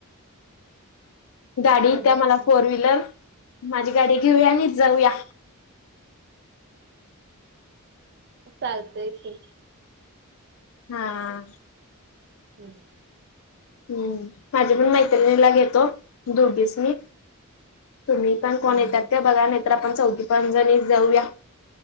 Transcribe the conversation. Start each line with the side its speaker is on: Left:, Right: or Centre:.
Left: गाडी
Right: बघूया
Left: इत्या मला
Right: की
Left: फोर व्हीलर, माझी गाडी घेऊया आणि जाऊया.
Right: चालतंय की.
Left: हा..
Right: हम्म.
Left: हम्म. माझ्या पण मैत्रिणीला घेतो, दोघिसनी तुम्ही. कोण
Right: हम्म
Left: येतात ते बघा नाही तर, आपण चौथी पाजणी जाऊया.